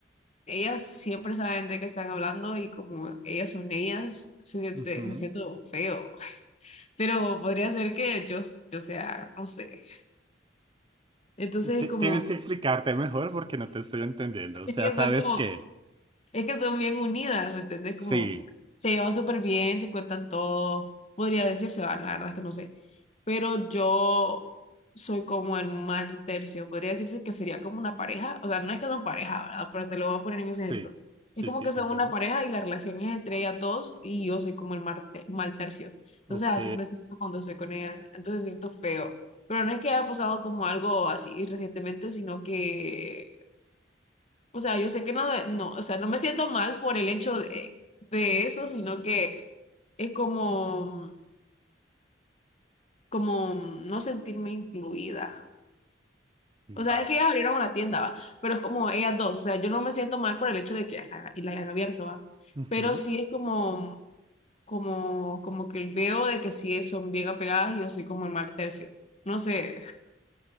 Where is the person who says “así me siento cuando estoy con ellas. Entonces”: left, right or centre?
Left